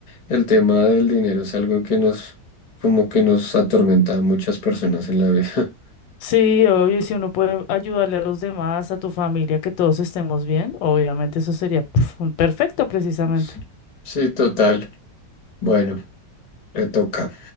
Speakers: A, on the left; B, on the left.
A: el tema del dinero es algo que nos, como que nos atormenta a muchas personas en la vida.
B: Sí, obvio, y si uno puede ayudarle a los demás, a tu familia, que todos estemos bien, obviamente eso sería pf, un perfecto precisamente.
A: <laughs> Sí, total. Bueno, le toca.